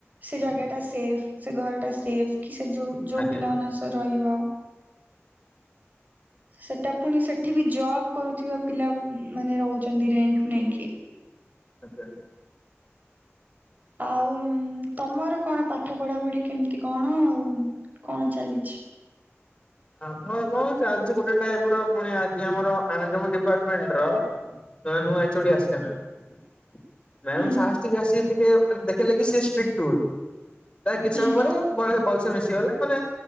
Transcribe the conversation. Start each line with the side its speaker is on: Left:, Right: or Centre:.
Right: ସେ
Left: ଆଜ୍ଞା
Right: ଜାଗାଟା ସେଫ୍ ସେ ଘରଟା ସେଫ୍ କି ସେ ଯୋଉ ଯୋଉ
Left: ଆଜ୍ଞା
Right: ପିଲାମାନଙ୍କ ସହ ରହିବ। ସେଟା ପୁଣି ସେଠି ବି ଜବ୍ କରୁଥିବା ପିଲା ମାନେ ରହୁଛନ୍ତି ରେଣ୍ଟକୁ ନେଇକି।
Left: ଆଚାନ୍
Right: ଆଉ ତମର କଣ ପାଠ ପଢାପଢି କେମିତି କଣ ଆଉ କଣ ଚାଲିଛି?
Left: ଆମର କଣ ଚାଲିଛି ଗୋଟେ ଟାଇପ୍ ର ପୁଣି ଆଜି ଆମର ଆନା <unintelligible> ଡିପାର୍ଟମେଣ୍ଟ ର ନୁଆଁ ନୁଆଁ ଏଚୋଡି ଆସିନି ମ୍ୟାମ୍। ମ୍ୟାମ୍
Right: ହୁଁ
Left: ସାହାସୀ ଟିକେ ଆସି ଟିକେ ଦେଖେଲେ କିି ସିଏ ଷ୍ଟ୍ରିଟ୍ ବୋଲି ତା କିଛି
Right: ହୁଁ
Left: ସମୟ ପରେ ଵଳେ ପଇସା ମିଶିଗଲେ ମାନେ